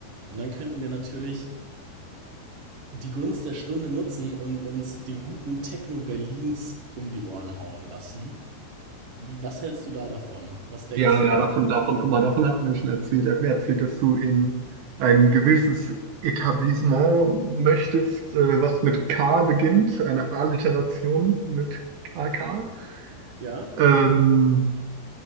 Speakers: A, on the right; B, on the right.
A: Und dann könnten wir natürlich die Gunst der Stunde nutzen und uns den guten Techno Berlins um die Ohren hauen lassen. Wie, was hältst du da davon? Was denkst
B: ja, ja,
A: du?
B: davon, davon, guck mal, davon hat er mir schon erzählt. Er hat mir erzählt, dass du in ein gewisses Etablissement möchtest, äh, was mit K beginnt, eine A-Literation mit KK.
A: Ja?
B: Ähm,